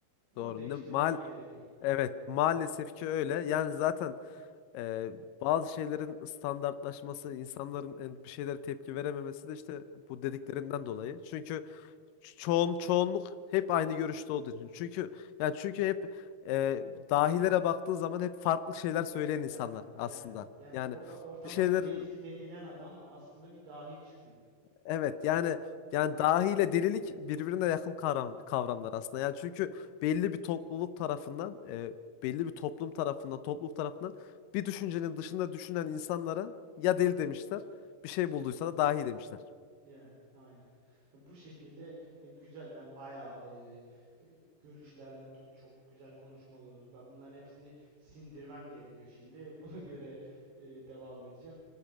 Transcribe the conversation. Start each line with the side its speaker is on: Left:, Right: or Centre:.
Right: Bunu
Left: Doğru.
Right: değiştirmek
Left: Ne, maal
Right: gerekiyor.
Left: evet maalesef ki öyle. Yani zaten e, bazı şeylerin standartlaşması, insanların en- bir şeylere tepki verememesi de işte bu dediklerinden dolayı. Çünkü ço- çoğun çoğunluk hep aynı görüşte olduğu için. Çünkü yani çünkü hep e, dahilere baktığın zaman hep farklı şeyler söyleyen insanlar
Right: Yani,
Left: aslında.
Right: yani, yani
Left: Yani
Right: orada ortamın
Left: bir şeylerin
Right: delisi denilen adam aslında bir dahi çıkıyor.
Left: Evet yani yani dahi ile delilik birbirine yakın kavram, kavramlar aslında. Yani çünkü belli bir topluluk tarafından, e, belli bir toplum tarafından, topluluk tarafından bir düşüncenin dışında düşünen insanlara ya deli demişler, bir şey bulduysa da dahi demişler.
Right: Yani aynen. E, Bu şekilde e, güzel ben bayağı e, e, görüşlerden tut çok güzel konuşmalar oldu. Ben bunların hepsini sindirmem gerekiyor şimdi. E, Buna göre e, devam edeceğim.